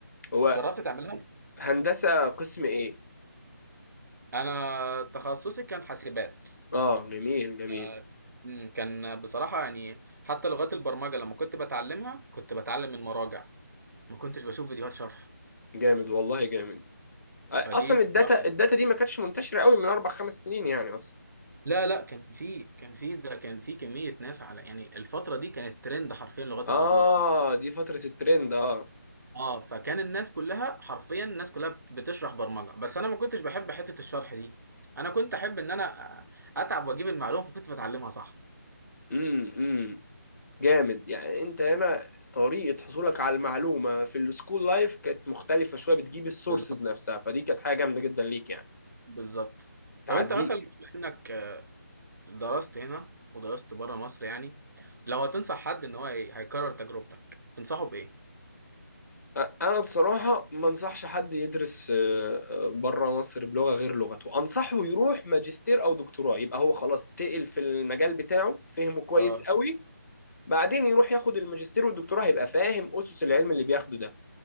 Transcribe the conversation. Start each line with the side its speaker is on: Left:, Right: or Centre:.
Left: هو
Right: جربت تعملها
Left: هندسة قسم ايه
Right: انا تخصصي كان حاسبات
Left: اه جميل جميل
Right: آه، مم، كان بصراحة يعني حتى لغات البرمجة لما كنت بتعلمها كنت بتعلم من مراجع ما كنتش بشوف فيديوهات شرح
Left: جامد والله جامد آه،
Right: فدي
Left: اصلا
Right: بصراحة
Left: الداتا الداتا دي ما كانتش منتشرة قوي من اربع خمس سنين يعني اصلا
Right: لا لا كان في كان في ده كان في كمية ناس على يعني الفترة دي كانت ترند حرفيا لغات
Left: اه
Right: البرمجة
Left: دي فترة الترند اه
Right: اه فكان الناس كلها حرفيا الناس كلها بت- بتشرح برمجة بس انا ما كنتش بحب حتة الشرح دي انا كنت احب ان انا آه، اتعب واجيب المعلومة فكنت بتعلمها صح
Left: امم جامد يعني انت هنا طريقة حصولك على المعلومة في السكول لايف كانت مختلفة شوية بتجيب السورسز
Right: بالظبط
Left: نفسها فدي كانت حاجة جامدة جدا ليك يعني
Right: بالظبط
Left: تعديك
Right: طب انت مثلا بما انك درست هنا ودرست بره مصر يعني لو هتنصح حد ان هو هي- هيكرر تجربتك تنصحه بايه؟
Left: أ- انا بصراحة ما انصحش حد يدرس بره مصر بلغة غير لغته انصحه يروح ماجستير او دكتوراه يبقى هو خلاص تقل في المجال بتاعه فهمه كويس
Right: اه
Left: قوي بعدين يروح ياخد الماجستير والدكتوراه هيبقى فاهم اسس العلم اللي بياخده ده